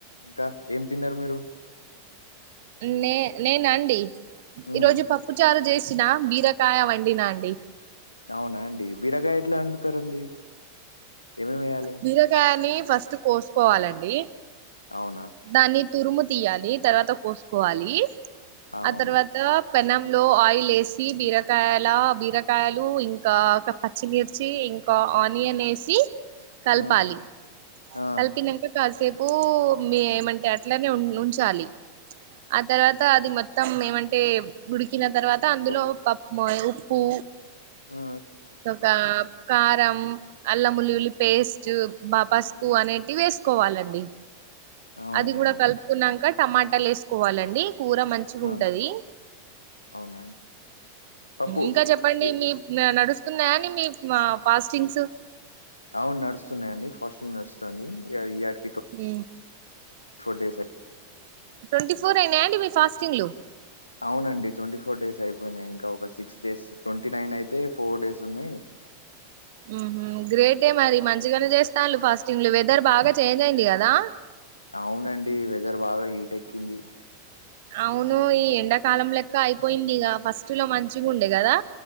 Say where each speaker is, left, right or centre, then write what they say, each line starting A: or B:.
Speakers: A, on the left; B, on the right.
A: ఇంకా ఏం తిన్నారు మీరు
B: నే నేన అండి
A: ఉమ్
B: ఈ రోజు పప్పుచారు చేసిన బీరకాయ వండినా అండి
A: అవునా అండి బిరకాయ ఎట్లా వండుతారండి ఏమేమి వేయాలి
B: బీరకాయని ఫస్ట్ కోసుకోవాలండి
A: అవునా
B: దాన్ని తురుము తీయాలి తర్వాత కోసుకోవాలి
A: అవును
B: ఆ తర్వాత పెనం లో ఆయిల్ వేసి బీరకాయల బీరకాయలు ఇంకా పచ్చిమిర్చి ఇంకా ఆనియన్ వేసి కల్పాలి
A: ఉమ్ ఆ
B: కలిపినాక కాసేపు మీ ఎమంటే అట్లనే ఉ ఉంచాలి ఆ తర్వాత అది మొత్తం ఏమంటే ఉడికిన తర్వాత అందులో
A: కు-
B: ప ఉప్పు
A: ఆ
B: తరువాత కారం అళ్ళం ఉల్లిల్లి పెస్ట్ జ్ బ పసుపు
A: ఉమ్,
B: అనేటివి వేసుకోవాలండి
A: అవునా
B: అది కూడా
A: అండి
B: కలుపుకునంక టమాటాలు వేసుకోవాలండి కూర మంచిగా
A: ఆ,
B: ఉంటది
A: అవునా అండి పప్పు
B: ఇంకా చెప్పండి
A: ఏ-
B: మీ నడుస్ స్తున్నాయా మీ మ ఫాస్టింగ్స్
A: అవును నడుస్తున్నాయండి ఫాస్టింగ్ నడుస్తుంది ఇగ ఇయ్యట్
B: మ్
A: ఫోర్ డేస్ అయి
B: ట్వంటీ ఫోర్ అయినా అండి మీ ఫాస్టింగ్లు
A: అవునండి ట్వంటీ ఫోర్ డేస్ అయిపోయినాయ్ ఇంకా ఒక సిక్స్ డేస్ ట్వంటీ నైన్ అయితే ఫోర్ డేస్ ఉన్నాయి
B: మ్ హు గ్రేటే మరి మంచిగానే చేస్తాను ఫస్టింగ్ వెదర్ బాగా చేంజ్ అయింది కదా
A: అవునండి వెదర్ బాగా హీట్ ఎక్కింది
B: అవును ఈ ఎండాకాలం లెక్క అయిపోయింది ఇగ ఫస్ట్ లో మంచిగా ఉండే కదా